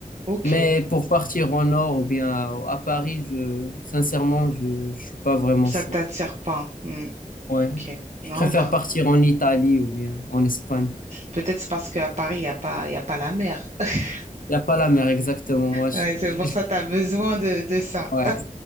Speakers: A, on the right (about 55°); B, on the left (about 85°).
A: ok.
B: Mais pour partir en nord ou bien à, à Paris, je, sincèrement, je, je suis pas vraiment
A: Ça
B: chaud.
A: t'attire pas. hein. hmm,
B: Ouais.
A: Ok. Non,
B: Je préfère
A: bah
B: partir en Italie ou bien en Espagne.
A: peut-être c'est parce qu'à Paris, il n'y a pas, il y a pas la mer. <laughs>
B: Il n'y a pas la mer exactement, moi. je-
A: Ouais,
B: je-
A: c'est pour ça que tu as besoin de, de ça.
B: ouais,